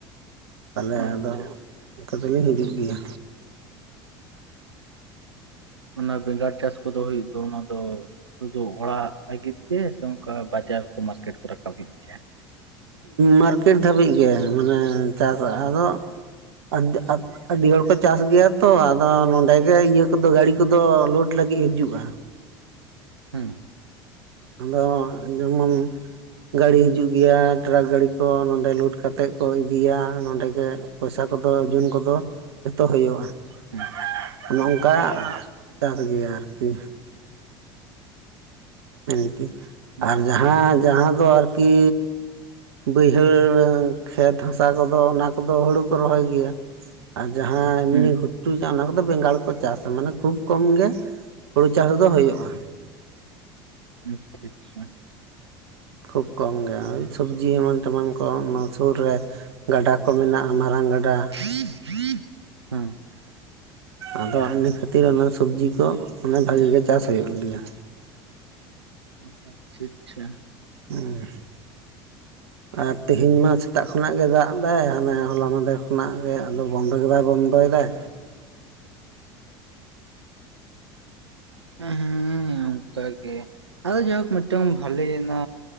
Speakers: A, on the right (about 70°); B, on the right (about 90°).
A: ᱛᱟᱦᱚᱞᱮ
B: ᱟᱪᱪᱷᱟ
A: ᱟᱫᱚ ᱱᱮᱛᱚᱜ ᱫᱚᱞᱤᱧ ᱦᱤᱡᱩᱜ ᱜᱮᱭᱟ
B: ᱚᱱᱟ ᱵᱮᱸᱜᱟᱲ ᱪᱟᱥ ᱠᱚᱫᱚ ᱦᱩᱭᱩᱜ ᱫᱚ ᱚᱱᱟ ᱫᱚ ᱥᱩᱫᱩ ᱚᱲᱟᱜ ᱞᱟᱹᱜᱤᱫ ᱜᱮ ᱥᱮ ᱚᱱᱠᱟ ᱵᱟᱡᱟᱨ ᱠᱚ ᱢᱟᱨᱠᱮᱴ ᱠᱚ ᱨᱟᱠᱟᱵ ᱜᱮᱭᱟ
A: ᱢᱟᱨᱠᱮᱴ ᱫᱷᱟᱹᱵᱤᱡ ᱜᱮ ᱢᱟᱱᱮ ᱪᱟᱥᱟ ᱟᱫᱚ <unintelligible> ᱟᱹᱰᱤ ᱦᱚᱲ ᱠᱚ ᱪᱟᱥ ᱜᱮᱭᱟ ᱛᱚ ᱟᱫᱚ ᱱᱚᱰᱮ ᱜᱮ ᱤᱭᱟᱹ ᱠᱚᱫᱚ ᱜᱟᱹᱲᱤ ᱠᱚᱫᱚ ᱟᱯᱞᱳᱰ ᱞᱟᱹᱜᱤᱫ ᱦᱤᱡᱩᱜᱼᱟ
B: ᱦᱮᱸ
A: ᱟᱫᱚ ᱡᱮᱢᱚᱱ <unintelligible> ᱜᱰᱤᱤ ᱦᱤᱡᱩᱜ ᱜᱮᱭᱟ ᱴᱮᱨᱟᱠ ᱜᱟᱹᱰᱤᱤ ᱠᱚ ᱱᱚᱸᱰᱮ ᱞᱳᱰ ᱠᱟᱛᱮᱮᱫ ᱠᱚ ᱤᱫᱤᱭᱟ ᱱᱚᱸᱰᱮ ᱜᱮ ᱯᱚᱭᱥᱟ ᱠᱚᱫᱚ ᱡᱩᱱ ᱠᱚᱫᱚ ᱡᱚᱛᱚ ᱦᱩᱭᱩᱜᱼᱟ
B: ᱦᱩᱸ
A: <unintelligible> ᱠᱟ
B: ᱚ
A: ᱪᱟᱥ ᱜᱮᱭᱟ ᱟᱨᱠᱤ ᱟᱨᱠᱤ
B: ᱚ
A: ᱟᱨ ᱡᱟᱦᱟᱸ ᱡᱟᱦᱟᱸ ᱫᱚ ᱟᱨᱠᱤ ᱵᱟᱹᱭᱦᱟᱹᱲ ᱠᱷᱮᱛ ᱦᱟᱥᱟ ᱠᱚᱫᱚ ᱚᱱᱟ ᱠᱚᱫᱚ ᱦᱩᱲᱩ ᱠᱚ ᱨᱚᱦᱚᱭ ᱜᱮᱭᱟ᱾ ᱟᱨ ᱡᱟᱦᱟᱸ ᱮᱢᱱᱤ
B: ᱦᱩᱸ
A: ᱜᱩᱴ ᱚᱱᱟ ᱠᱚᱫᱚ ᱵᱮᱸᱜᱟᱲ ᱠᱚ ᱪᱟᱥᱟ᱾ ᱢᱟᱱᱮ ᱠᱷᱩᱵ ᱠᱚᱢ ᱜᱮ ᱦᱩᱲᱩ ᱪᱟᱥ ᱫᱚ ᱦᱩᱭᱩᱜᱼᱟ᱾
B: ᱟᱪᱷᱟ ᱟᱪᱷᱟ
A: ᱠᱷᱩᱵᱽ ᱠᱚᱢ ᱜᱮᱭᱟ ᱥᱚᱵᱽᱡᱤ ᱮᱢᱟᱱ ᱛᱮᱢᱟᱱ ᱠᱚ ᱚᱱᱟ ᱥᱩᱨ ᱨᱮ ᱜᱟᱰᱟ ᱠᱚ ᱢᱮᱱᱟᱜᱼᱟ ᱢᱟᱨᱟᱝ ᱜᱟᱰᱟ᱾
B: <inaudible> ᱦᱩᱸ
A: ᱟᱫᱚ ᱤᱱᱟ ᱠᱷᱟᱹᱛᱤᱨ ᱚᱱᱟ ᱥᱚᱵᱽᱡᱤ ᱠᱚ ᱚᱱᱟ
B: ᱦᱩᱸ
A: ᱵᱷᱟᱹᱜᱤ ᱜᱮ ᱪᱟᱥ ᱦᱩᱭᱩᱜ ᱜᱮᱭᱟ᱾
B: ᱚ ᱟᱪᱷᱟ ᱟᱪᱷᱟ
A: ᱦᱮᱸ
B: <inaudible>
A: ᱟᱨ ᱛᱮᱦᱮᱧ ᱢᱟ ᱥᱮᱛᱟᱜ ᱠᱷᱚᱱᱟᱜ ᱜᱮ ᱫᱟᱜ ᱮᱫᱟᱭ, ᱦᱟᱱᱮ ᱦᱚᱞᱟ ᱢᱟᱦᱫᱮᱨ ᱠᱷᱚᱱᱟᱜ ᱜᱮ ᱟᱫᱚ ᱵᱚᱱᱫᱚ ᱜᱮ ᱵᱟᱭ ᱵᱚᱱᱫᱚᱭᱮᱫᱟᱭ᱾
B: ᱦᱮᱸ ᱦᱮᱸ ᱚᱱᱠ ᱜᱮ ᱟᱫᱚ ᱡᱟᱭᱦᱳᱠ ᱢᱤᱫᱴᱟᱝ ᱵᱷᱟᱞᱮ ᱚᱱᱟ